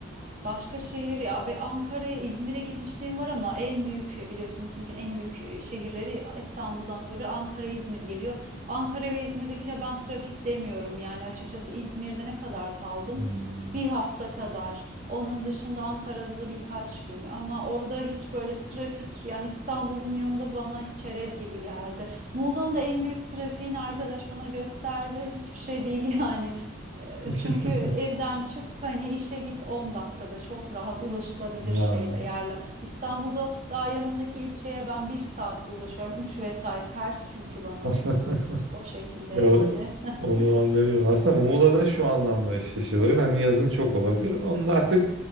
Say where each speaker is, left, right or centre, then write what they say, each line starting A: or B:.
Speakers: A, on the right (about 40°); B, on the right (about 75°).
A: başka şehir ya ve Ankara'ya, İzmir'e gitmişliğim var ama en büyük şey biliyorsun ki Türkiye'nin en büyük e, şehirleri İstanbul'dan sonra Ankara, İzmir geliyor. Ankara ve İzmir'dekine ben trafik demiyorum yani açıkçası İzmir'de ne kadar kaldım?
B: Hmm.
A: Bir hafta kadar. Onun dışında Ankara'da da birkaç gün ama orada hiç böyle trafik yani İstanbul'un yanında bana hiç çerez gibi geldi. Muğla'nın da en büyük trafiğini arkadaş bana gösterdi. Hiçbir şey değil <laughs> yani. E,
B: <laughs>
A: Çünkü evden çık hani işe git 10 dakikada çok rahat ulaşılabilir
B: Ya.
A: şeyler yerler. İstanbul'da daha yanımdaki ilçeye ben bir saatte ulaşıyorum. üç vesait ters çünkü bana.
B: <laughs>
A: O şekilde
B: Ya
A: yani. <laughs>
B: onu anlıyorum. Aslında Muğla'da şu anlamda eşleşiyorlar. Hani yazın çok olabilir. Onu da artık